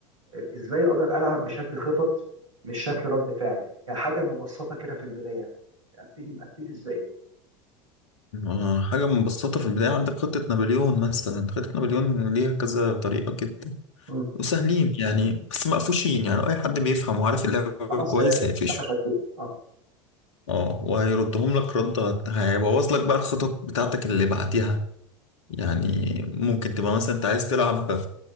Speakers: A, on the right; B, on the left.
A: آه، ازاي اقدر العب بشكل خطط مش شكل رد فعل كحاجه مبسطه كده في البدايه ابتدي ابتدي ازاي
B: آه حاجة مبسطة في البداية عندك خطة نابليون مثلا خطة نابليون ليها كذا طريقة كده
A: مم.
B: وسهلين يعني بس مقفوشين يعني اي حد بيفهم وعارف اللعبه
A: خلاص
B: كويس
A: آه،
B: هيقفشه
A: انت شكلها اه
B: اه وهيردهم لك رده هيبوظ لك بقى الخطط بتاعتك اللي بعديها يعني ممكن تبقى مثلا انت عايز تلعب